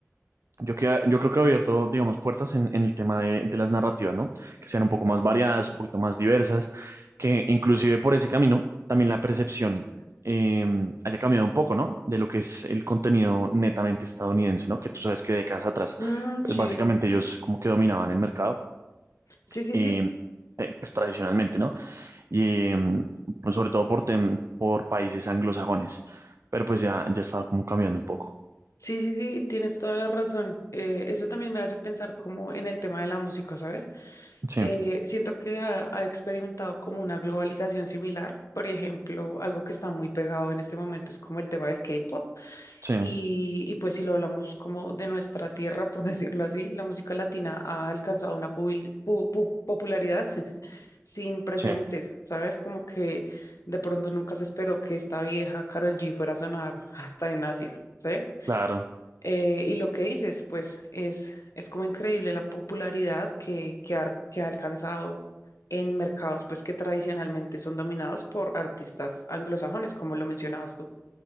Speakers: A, on the right; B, on the left.
A: Yo, que, yo creo que ha abierto, digamos, puertas en, en el tema de, de las narrativas, ¿no? Que sean un poco más variadas, un poquito más diversas, que inclusive por ese camino también la percepción
B: sí.
A: eh, haya cambiado un poco, ¿no? De lo que es el contenido netamente estadounidense, ¿no? Que tú sabes que décadas atrás,
B: Mm,
A: pues
B: sí,
A: básicamente ellos como que dominaban el mercado,
B: sí, sí,
A: eh,
B: sí,
A: te- pues tradicionalmente, ¿no? Y eh, pues, sobre todo por, tem- por países anglosajones, pero pues ya, ya estaba como cambiando un poco.
B: sí, sí, sí, tienes toda la razón. Eh, eso también me hace pensar como en el tema de la música, ¿sabes?
A: Sí,
B: Eh, siento que ha, ha experimentado como una globalización similar. Por ejemplo, algo que está muy pegado en este momento es como el tema del K-pop.
A: sí,
B: Y, y pues si lo hablamos como de nuestra tierra, por <laughs> decirlo así, la música latina ha alcanzado una pubil- pu- pu- popularidad <laughs> sin precedentes,
A: sí,
B: ¿sabes? Como que de pronto nunca se esperó que esta vieja Karol G fuera a sonar <laughs> hasta en Asia, ¿sí?
A: claro.
B: Eh, y lo que dices, pues es, es como increíble la popularidad que, que, ha, que ha alcanzado en mercados pues que tradicionalmente son dominados por artistas anglosajones, como lo mencionabas tú.